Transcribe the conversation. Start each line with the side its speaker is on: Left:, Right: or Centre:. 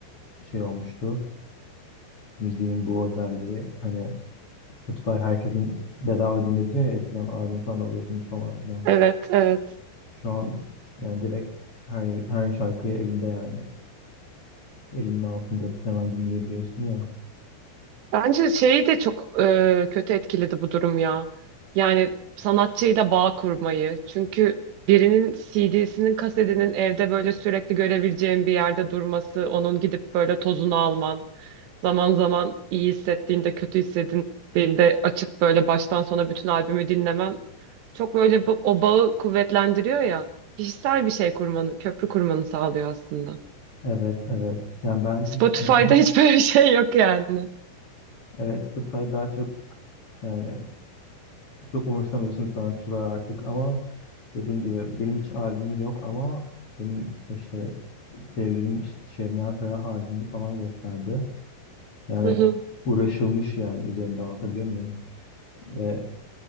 Left: şey olmuştu. Müziğin bu özelliği hani Spotify herkesin bedava dinletiyor ya eskiden albüm falan alıyordun falan filan.
Right: Evet, evet.
Left: Şu an yani direkt her, her şarkıyı elinde yani elinin altında hemen dinleyebiliyorsun ya.
Right: Bence şeyi de çok e, kötü etkiledi bu durum ya. Yani sanatçıyla bağ kurmayı. Çünkü birinin CD'sinin, kasetinin evde böyle sürekli görebileceğin bir yerde durması, onun gidip böyle tozunu alman, zaman zaman iyi hissettiğinde, kötü hissettiğinde açıp böyle baştan sona bütün albümü dinlemen çok böyle bu- o bağı kuvvetlendiriyor ya. Kişisel bir şey kurmanı, köprü kurmanı sağlıyor aslında.
Left: Evet evet. Yani ben
Right: Spotify'da
Left: hiç benim
Right: <laughs> hiç böyle bir şey yok yani.
Left: evet Spotify daha çok yani Çok umursamıyorsun sanatçılar artık ama dediğin gibi benim hiç albümüm yok ama benim işte sevgilim Şebnem Ferah albümünü falan gösterdi. Yani
Right: Hı hı,
Left: uğraşılmış yani üzerinde anlatabiliyor muyum? Ve